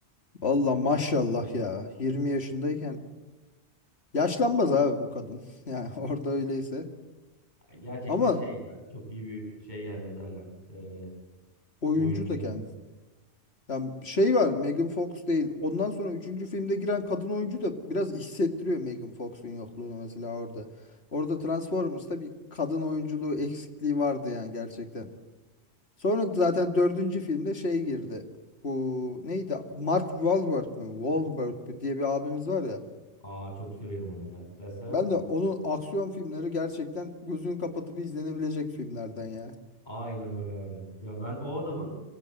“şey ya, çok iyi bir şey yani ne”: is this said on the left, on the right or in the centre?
Left